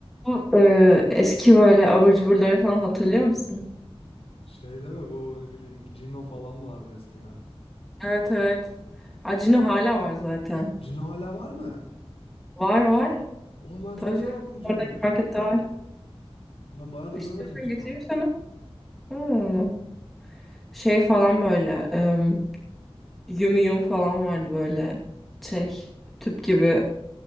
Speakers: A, in the centre; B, on the left.
A: Bu, e, eski böyle abur cuburları falan hatırlıyor musun?
B: Şey deme bu ne bileyim Cino falan vardı eskiden.
A: Evet evet. Hacino hala var zaten.
B: Cino hala var mı?
A: Var var.
B: Oğlum ben çok
A: Tabii
B: severdim
A: canım bizim
B: Cino'yu.
A: oradaki markette var.
B: Ben bayağıdır
A: İstiyorsan
B: görmedim Cino.
A: getireyim sana. Hmm. Şey falan böyle. em, yum yum falan vardı böyle. Şey tüp gibi